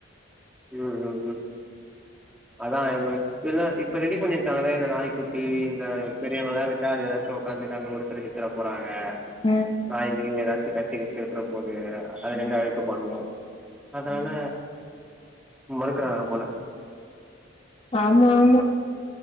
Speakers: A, in the centre; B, on the left (about 30°).
A: ம் ம் ம் அதா இவக இப்பதா இப்ப ரெடி பண்ணிருக்காங்கள இந்த நாய்க்குட்டி இந்த பெரியவகளா விட்டா அது எதாச்சு கண்டுக்காம ஒடிச்சுட கிடிச்சுட போறாங்க
B: ம்
A: நாய் கிய் எதாச்சு கடிச்சு கிடிச்சு விட்ற போது அது
B: ம்
A: ரெண்டு அழுக்கு பண்ணு அதனால
B: ம்
A: மறுக்குறாக போல
B: ஆமாமா